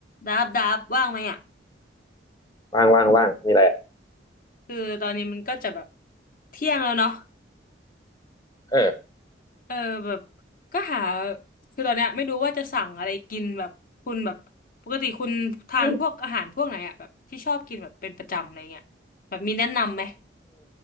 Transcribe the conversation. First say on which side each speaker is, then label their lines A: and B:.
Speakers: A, on the left; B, on the left.
A: ดับดับว่างไหมอ่ะ
B: ว่างว่างว่างมีอะไรอ่ะ
A: คือตอนนี้มันก็จะแบบเที่ยงแล้วเนาะ
B: เออ
A: เออแบบก็หาคือตอนเนี้ยไม่รู้ว่าจะสั่งอะไรกินแบบคุณแบบปกติคุณทานพวกอาหารพวกไหนอ่ะแบบที่ชอบกินแบบเป็นประจำอะไรเงี้ยแบบมีแนะนำไหม
B: อม